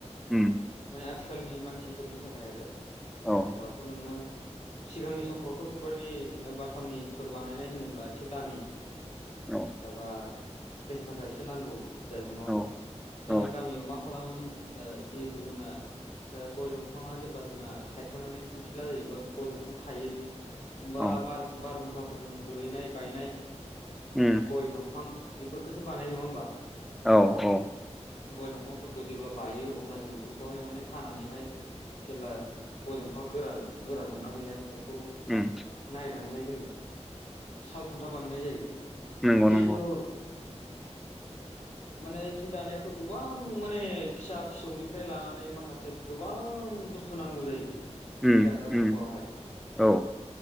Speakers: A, in the centre; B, on the left (about 75°).
A: उम
B: माने आथिखालनि मानसिफोरनि थाखाय आरो
A: औ
B: आथिखालावथ' नोङो सिगांनि समफ्रावथ' बेफोरबायदि बाथामनिफोर बानायनाय होनोब्ला एसे दामि
A: औ
B: माबा फैसा-थाख एसे नांगौ जायोमोन। नङा
A: औ
B: होमबा? जोंना
A: औ
B: गामियाव मा खालामोमोन ओ जिहेथु जोंना ओ गय दंफाङा जेब्ला जोंना थायखांनानै खांखिला जायो बा गय दंफां थायै बा
A: औ
B: बार बारहुंखाफोरजों गोलैनाय बायनाय
A: उम
B: गय दंफां बेफोरखौसो बानायो नङा होमबा?
A: औ अ
B: गय दंफांफोरखौ जेब्ला बायो अब्ला जों बेफोरखौहाय माने हानानैहाय जेब्ला गय दंफाङा गोरान गोरा दंना गैया बेखौ
A: उम
B: नायनानैहाय जों साल खुन्था बानायनाय जायो
A: नंगौ
B: जिहेथु
A: नंगौ
B: माने जि दानायावथ' गोबां माने फिसा फिसौनिफ्राय लानानै माखासे गोबां बुस थु नांगौ जायो जि
A: उम
B: दाग्रा न'खरावहाय
A: उम औ